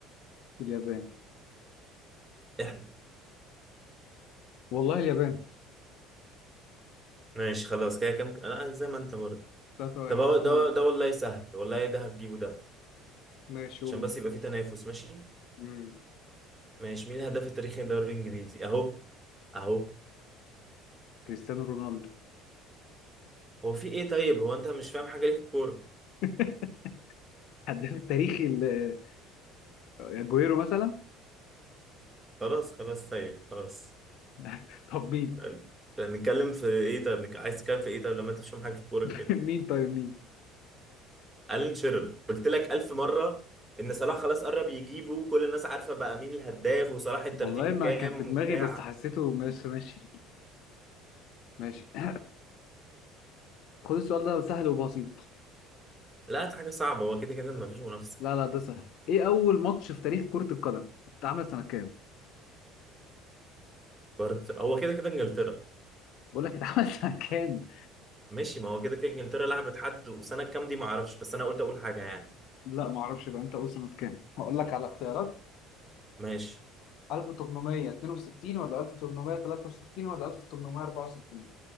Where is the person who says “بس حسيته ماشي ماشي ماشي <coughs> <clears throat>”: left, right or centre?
Left